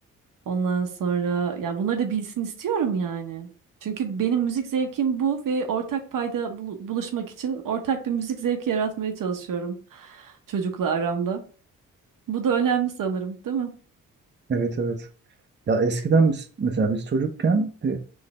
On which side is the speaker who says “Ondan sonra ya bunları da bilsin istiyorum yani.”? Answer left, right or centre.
Right